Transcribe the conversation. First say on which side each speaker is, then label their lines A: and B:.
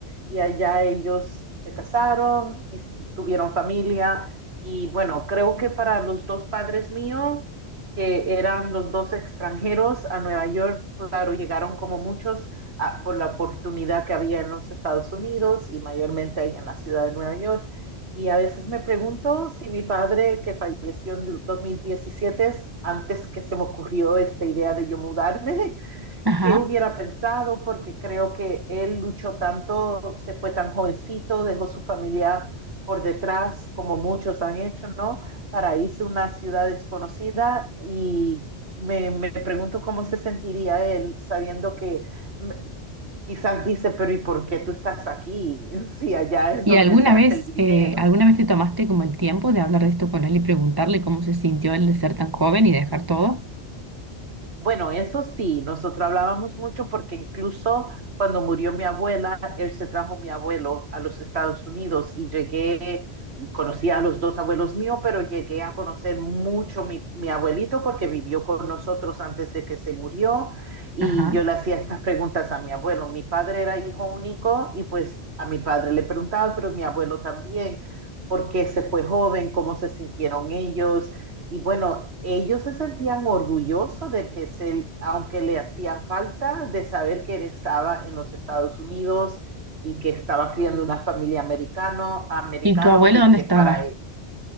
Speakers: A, on the right; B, on the right.
A: y allá ellos se casaron y tuvieron familia. Y bueno, creo que para los dos padres míos, que eran los dos extranjeros a Nueva York, claro, llegaron como muchos a, por la oportunidad que había en los Estados Unidos y mayormente ahí en la ciudad de Nueva York. Y a veces me pregunto si mi padre, que falleció en 2017, antes que se me ocurrió esta idea de yo mudarme,
B: ajá.
A: qué hubiera pensado, porque creo que él luchó tanto, se fue tan jovencito, dejó su familia por detrás, como muchos han hecho, ¿no? Para irse a una ciudad desconocida y me, me pregunto cómo se sentiría él sabiendo que mm, quizás dice, pero ¿y por qué tú estás aquí? <laughs> Si allá es
B: ¿Y
A: donde
B: alguna
A: se hace
B: vez,
A: el dinero.
B: eh, alguna vez te tomaste como el tiempo de hablar de esto con él y preguntarle cómo se sintió el de ser tan joven y dejar todo?
A: Bueno, eso sí, nosotros hablábamos mucho porque incluso cuando murió mi abuela, él se trajo mi abuelo a los Estados Unidos y llegué, conocí a los dos abuelos míos, pero llegué a conocer mucho mi, mi abuelito porque vivió con nosotros antes de que se murió y
B: Ajá.
A: yo le hacía estas preguntas a mi abuelo. Mi padre era hijo único y pues a mi padre le preguntaba, pero mi abuelo también, ¿por qué se fue joven? ¿Cómo se sintieron ellos? Y bueno, ellos se sentían orgullosos de que, se, aunque le hacía falta de saber que él estaba en los Estados Unidos y que estaba criando una familia americano, americano,
B: ¿Y tu abuelo
A: porque
B: dónde estaba?
A: para él,